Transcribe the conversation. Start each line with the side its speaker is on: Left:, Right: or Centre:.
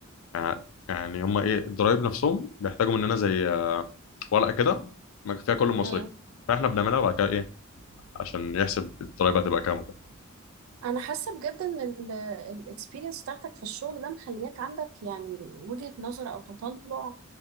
Left: يعني يعني هما إيه الضرايب نفسهم بيحتاجوا مننا زي آه ورقة كده ما فيها كل المصاريف
Right: امم
Left: فإحنا بنعملها بعد كده إيه عشان يحسب الضرايب هتبقى كام وكده
Right: انا حاسه بجد ان الاكسبيرينس بتاعتك في الشغل ده مخلياك عندك يعني وجهة نظر او تطلع